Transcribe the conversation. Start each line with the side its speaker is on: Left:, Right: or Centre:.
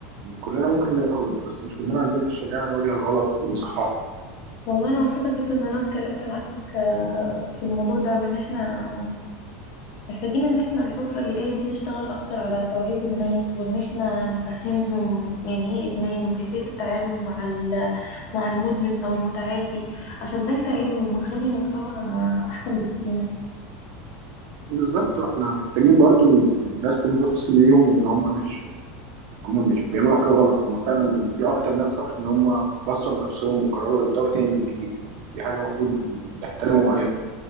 Right: كلنا ممكن نغلط بس مش كلنا عندنا الشجاعة نواجه الغلط ونصححه
Left: والله انا مبسوطه جدا ان انا اتكلمت معاك آه، في الموضوع ده وان احنا محتاجين ان احنا الفتره اللي جايه دي نشتغل اكتر على توعيه الناس وان احنا نفهمهم يعني ايه ادمان وكيفيه التعامل مع ال- مع المدمن او المتعافي عشان ده يساعدهم ونخلي المجتمع احسن بكتير
Right: بالظبط واحنا محتاجين برضه إن إن الناس تبص ليهم إن هم مش هم مش بيعملوا حاجة غلط هم فعلا دي أكتر ناس صح إن هم بصوا لنفسهم وقرروا يبدأوا تاني من جديد دي حاجة المفروض نحترمهم عليها